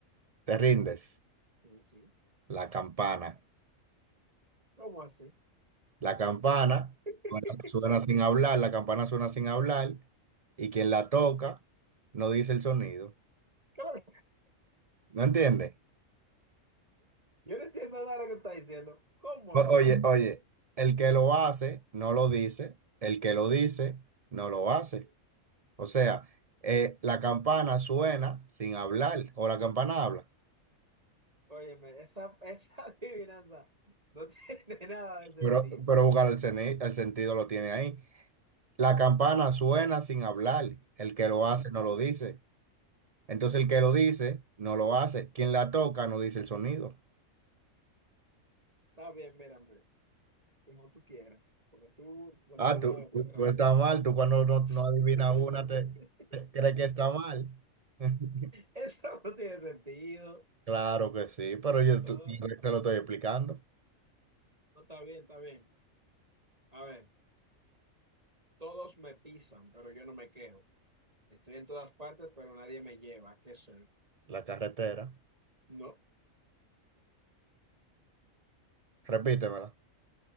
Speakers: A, on the right; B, on the right.
A: Te rindes.
B: sí, sí.
A: La campana.
B: ¿Cómo así?
A: La campana
B: <laughs>
A: suena, suena sin hablar, la campana suena sin hablar y quien la toca no dice el sonido.
B: Claro,
A: ¿No entiendes?
B: Yo no entiendo nada de lo que está diciendo. ¿Cómo
A: O-
B: así?
A: Oye, oye, el que lo hace, no lo dice. El que lo dice, no lo hace. O sea, eh, la campana suena sin hablar o la campana habla.
B: Óyeme, esa, esa <laughs> adivinanza no tiene <laughs> nada de sentido.
A: Pero, pero buscar el, seni- el sentido lo tiene ahí. La campana suena sin hablar. El que lo
B: Ujú.
A: hace no lo dice. Entonces el que lo dice no lo hace. Quien la toca no dice el sonido.
B: Está bien, mira, hombre, como tú quieras, porque tú se
A: Ah,
B: me olvidaba
A: tú,
B: que tú
A: tú,
B: eres tramposo.
A: tú estás mal. Tú cuando no,
B: <laughs>
A: no adivinas una te, te crees que está mal. <laughs>
B: Eso no tiene sentido.
A: Claro que sí, pero yo
B: No,
A: tú- te lo estoy explicando.
B: no, está bien, está bien. A ver. Todos me pisan, pero yo no me quejo. Estoy en todas partes, pero nadie me lleva. ¿Qué soy?
A: La carretera.
B: No.
A: Repítemela.